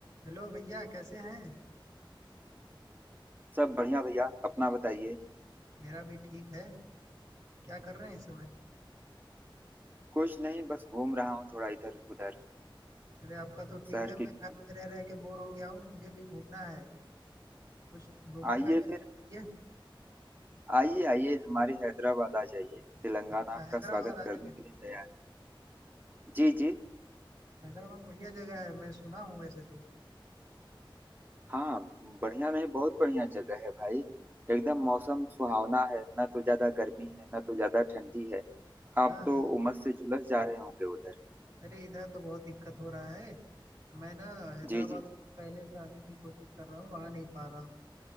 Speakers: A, on the right; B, on the right.
A: Hello भैया कैसे हैं
B: सब बढ़िया भैया अपना बताइए
A: मेरा भी ठीक है क्या कर रहे हैं इस समय
B: कुछ नहीं बस घूम रहा हूँ थोड़ा इधर उधर
A: अरे आपका तो ठीक
B: शहर
A: है मैं
B: की गलियों
A: घर में रह रह के बोर हो गया हूँ मुझे भी घूमना है कुछ घूमने
B: में। आइए
A: का जगह
B: फिर
A: बताइए
B: आइए आइए हमारे हैदराबाद आ जाइए तेलंगाना
A: अच्छा
B: आपका
A: हैदराबाद
B: स्वागत
A: आ
B: करने
A: जाए
B: के लिए तैयार है जी जी
A: हैदराबाद बढ़िया जगह है मैं सुना हूँ वैसे तो
B: हाँ बढ़िया नहीं बहुत बढ़िया जगह है भाई एकदम मौसम सुहावना है ना तो ज्यादा गर्मी है ना तो ज्यादा ठंडी है आप
A: हाँ हाँ
B: तो उमस से झुलस जा रहे होंगे उधर
A: अरे इधर तो बहुत दिक्कत हो रहा है मैं ना हैदराबाद
B: जी जी जी
A: बहुत पहले से आने की कोशिश कर रहा हूँ आ नहीं पा रहा हूँ